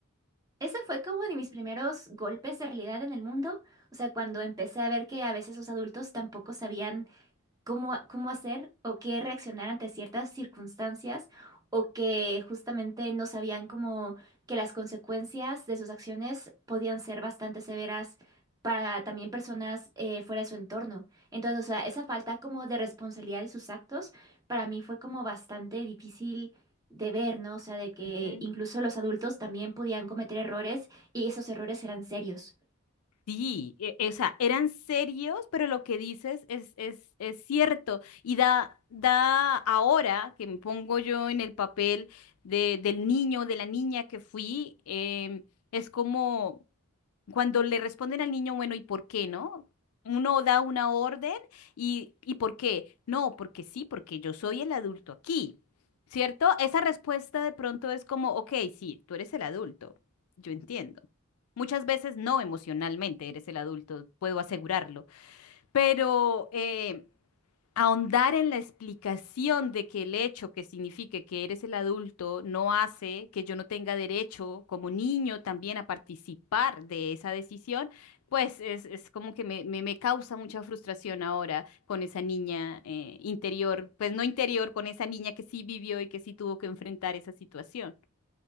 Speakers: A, on the right (about 15°); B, on the left (about 85°).
A: Ese fue como de mis primeros golpes de realidad en el mundo, o sea, cuando empecé a ver que a veces los adultos tampoco sabían cómo, cómo hacer o qué reaccionar ante ciertas circunstancias o que justamente no sabían como que las consecuencias de sus acciones podían ser bastante severas para también personas eh, fuera de su entorno. Entonces, o sea, esa falta como de responsabilidad de sus actos para mí fue como bastante difícil de ver, ¿no? O sea, de que
B: <laughs>
A: incluso los adultos también podían cometer errores y esos errores eran serios.
B: Sí, e- e- o sea, eran serios, pero lo que dices es, es, es cierto. Y da, da ahora que me pongo yo en el papel de, del niño, de la niña que fui, em, es como cuando le responden al niño, bueno, ¿y por qué no? Uno da una orden y, ¿y por qué? No, porque sí, porque yo soy el adulto aquí, ¿cierto? Esa respuesta de pronto es como, ok, sí, tú eres el adulto, yo entiendo. Muchas veces no emocionalmente eres el adulto, puedo asegurarlo, pero eh, Ahondar en la explicación de que el hecho que signifique que eres el adulto no hace que yo no tenga derecho como niño también a participar de esa decisión, pues es, es como que me, me- me causa mucha frustración ahora con esa niña eh, interior, pues no interior, con esa niña que sí vivió y que sí tuvo que enfrentar esa situación.